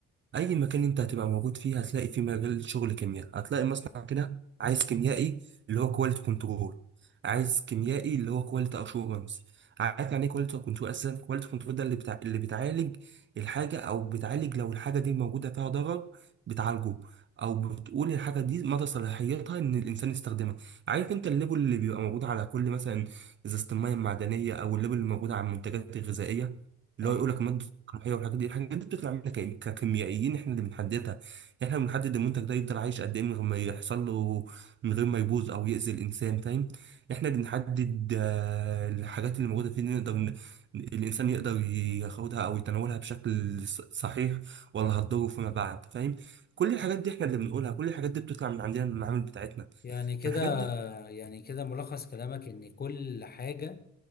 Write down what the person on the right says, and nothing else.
اي مكان انت هتبقى موجود فيه هتلاقي فيه مجال شغل كيمياء هتلاقي مصنع كده عايز كيميائي اللي هو كواليتي كنترول عايز كيميائي اللي هو كواليتي اشورنس عارف يعني ايه كواليتي كنترول اصلا كواليتي كنترول ده اللي بتاع اللي بتعالج الحاجه او بتعالج لو الحاجه دي موجوده فيها ضرر بتعالجه او بتقول الحاجه دي مدى صلاحيتها ان الانسان يستخدمها عارف انت الليبل اللي بيبقى موجود على كل مثلا ازازه الميه المعدنيه او الليبل اللي موجود على المنتجات الغذائيه اللي
هو يقول لك مادة القمحية والحاجات دي الحاجات دي بتطلع منك كيم- ككيميائيين احنا اللي بنحددها يعني احنا اللي بنحدد المنتج ده يفضل عايش قد ايه من غير ما يحصل له من غير ما يبوظ او يأذي الانسان فاهم احنا اللي بنحدد آه، الحاجات اللي موجودة فيه اللي نقدر ن- الانسان يقدر ياخدها او يتناولها بشكل ص- صحيح ولا هتضره فيما بعد فاهم كل الحاجات دي احنا اللي بنقولها كل الحاجات دي بتطلع من عندنا من المعامل بتاعتنا
فالحاجات دي